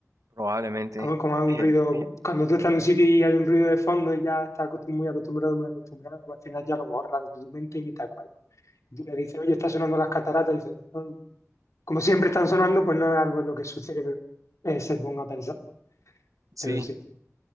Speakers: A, on the right (about 85°); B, on the left (about 70°).
A: probablemente.
B: Como, como hay
A: <laughs>
B: un ruido, cuando tú estás en un sitio y hay un ruido de fondo y ya estás acostum- muy acostumbrado, muy acostumbrado, pues al final ya lo borras de tu mente y ni te acuerdas. Y tú le dices, oye, está sonando las cataratas, y dices, "Ah". como siempre están sonando, pues no es algo en lo que su cerebro eh, se ponga a pensar,
A: Sí,
B: pero sí.